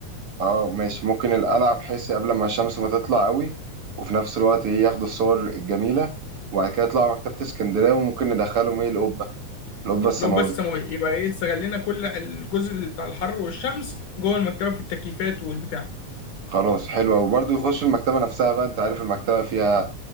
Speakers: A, on the right; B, on the left.
A: اه ماشي ممكن القلعة بحيث قبل ما الشمس ما تطلع قوي وفي نفس الوقت ايه ياخدوا الصور الجميلة وبعد كده يطلعوا مكتبة اسكندرية وممكن ندخلهم ايه القبة القبة السماوية
B: لو بس ما يبقى ايه استغلينا كل الجزء بتاع الحر والشمس جوه المكتبه في التكييفات والبتاع
A: خلاص حلوة وبرضه يخشوا المكتبة نفسها بقى انت عارف المكتبة فيها